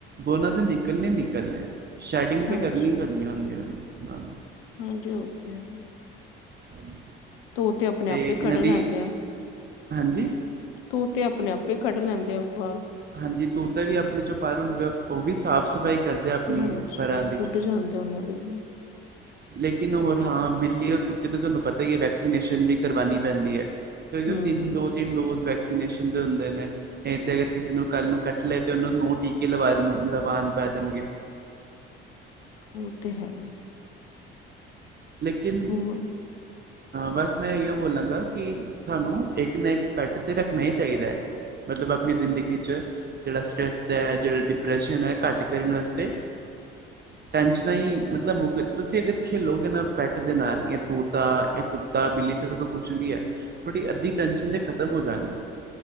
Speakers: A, on the right; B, on the left.
A: ਉਹਨਾਂ ਦੇ ਨਿਕਲਣੇ- ਨਿਕਲਣੇ ਹੈ। ਸ਼ੈਡਿੰਗ
B: ਹਾਂਜੀ,
A: ਤੇ ਕਰਨੀ ਹੀ ਕਰਨੀ ਹੁੰਦੀਆਂ ਹਾਂ।
B: ਹਾਂਜੀ ਉਹ ਤਾਂ ਹੈ।
A: ਹਾਂਜੀ
B: ਉਹ ਤੇ ਆਪਣੇ-ਆਪੇ
A: ਇਹਨਾਂ
B: ਖੜੇ
A: ਦੀ
B: ਰਹਂਦੇ ਆ।
A: ਹਾਂਜੀ
B: ਤੋਤੇ, ਆਪਣੇ-ਆਪੇ ਹੀ ਕੱਢ ਲੈਂਦੇ ਆ ਵਾਲ।
A: ਹਾਂਜੀ, ਤੋਤੇ ਵੀ ਆਪਣੇ ਚੋਂ ਪਰ ਹੁੰਦੇ ਆ, ਉਹ ਵੀ ਸਾਫ਼- ਸਫ਼ਾਈ ਕਰਦੇ ਆ, ਆਪਣੀ
B: ਹਾਂਜੀ
A: ਪਰਾ ਦੀ।
B: ਟੁੱਟ ਜਾਂਦੇ, ਉਹਨਾਂ ਦੇ ਵੀ।
A: ਲੇਕਿਨ ਹੋਰ, ਹਾਂ ਬਿੱਲੀ ਔਰ ਕੁੱਤੇ ਤੇ ਤੁਹਾਨੂੰ ਪਤਾ ਹੀ ਹੈ ਵੈਕਸੀਨੇਸ਼ਨ ਵੀ ਕਰਵਾਣੀ ਪੈਂਦੀ ਹੈ। ਇਹ
B: ਹੂੰ
A: ਉ, ਤਿੰਨ-ਦੋ-ਤਿੰਨ ਡੋਜ਼ ਵੈਕਸੀਨੇਸ਼ਨ ਦੇ ਹੁੰਦੇ ਨੇ, ਤੇ ਅਗਰ ਕਿਸੇ ਨੂੰ ਕੱਲ ਨੂੰ ਕਟ ਲਏ ਤੇ, ਉਹਨੂੰ ਨੂੰਹ ਟੀਕੇ ਲਵਾ-ਲਵਾਉਣ ਪੈ ਜਾਣਗੇ।
B: ਉਹ ਤੇ ਹੈ।
A: ਲੇਕਿਨ,
B: ਹੋਰ
A: ਬਸ ਮੈਂ ਇਹੋ ਬੋਲਾਂਗਾ ਕਿ ਸਾਨੂੰ, ਇੱਕ ਨਾ ਇੱਕ ਪੈੱਟ ਤੇ ਰੱਖਣਾ ਹੀ ਚਾਹੀਦਾ ਹੈ, ਮਤਲਬ ਆਪਣੀ ਜ਼ਿੰਦਗੀ ਚ। ਜਿਹੜਾ ਸਟਰੈੱਸ ਹੈ, ਜਿਹੜਾ ਡਿਪਰੈਸ਼ਨ ਹੈ, ਘੱਟ ਕਰਨ ਵਾਸਤੇ।
B: <inaudible>
A: ਟੈਂਸ਼ਨਾਂ ਹੀ ਮਤਲਬ ਮੁੱਕ, ਤੁਸੀਂ ਅਗਰ ਖੇਲੋਗੇ ਨਾ ਪੈਟ ਦੇ ਨਾਲ, ਜਾਂ ਤੋਤਾ ਜਾਂ ਕੁੱਤਾ ਬਿੱਲੀ ਤੁਹਾਡੇ ਕੋ ਕੁੱਛ ਵੀ ਹੈ। ਥੋੜ੍ਹੀ ਅੱਧੀ ਟੈਨਸ਼ਨ ਤੇ ਖਤਮ ਹੋ ਜਾਣੀ ਹੈ।